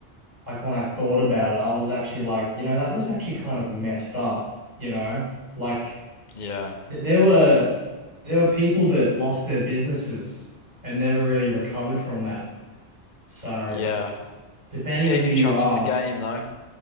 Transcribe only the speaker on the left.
Yeah.
Yeah.
Gave
you
a chance
to game though.